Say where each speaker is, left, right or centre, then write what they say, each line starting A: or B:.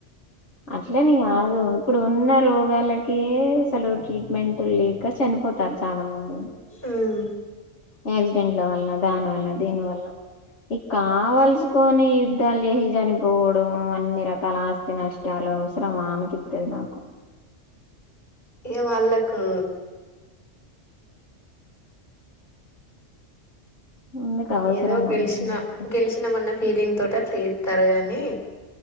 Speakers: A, on the left; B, on the left.
A: అట్లే అని కాదు ఇప్పుడు ఉన్న రోగాలక అసలు ట్రీట్మెంట్ లేక చనిపోతారు చాలా మంది
B: హ్మ్
A: యాక్సిడెంట్ల వల్లన దాని వల్ల దీని వల్ల ఈ కావల్సుకుని యుద్ధాలు చేసి చనిపోవడం అన్ని రకాల ఆస్తి నష్టాలు అవసరం అనిపిస్తది నాకు
B: ఏ వాళ్ళలకు
A: ఎందుకు అవసరమా
B: ఏదో గెలిచిన
A: అన్ని రకాల-
B: గెలిచినా మన్న ఫీలింగ్ తోట అట్ల తరగని